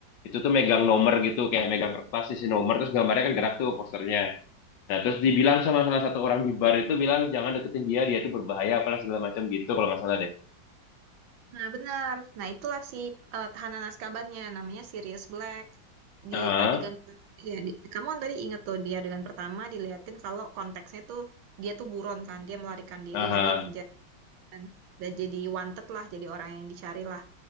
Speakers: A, on the left (about 70°); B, on the right (about 85°).
A: Itu tuh megang
B: Hmm.
A: nomor gitu kayak megang kertas isi nomor terus gambarnya kan gerak tuh posternya. Nah terus
B: Hmm.
A: dibilang sama salah satu orang di bar itu bilang jangan deketin dia dia tuh berbahaya apalah segala macam gitu kalau nggak salah deh.
B: Nah, benar. Nah, itulah si eh, tahanan Azkabannya, namanya Sirius Black.
A: Heeh.
B: Di adegan ya di, kamu kan tadi inget tuh di adegan pertama diliatin kalau konteksnya tuh dia tuh buron kan, dia melarikan diri
A: Aha.
B: dari penjara kan. dan jadi wanted lah, jadi orang yang dicari lah.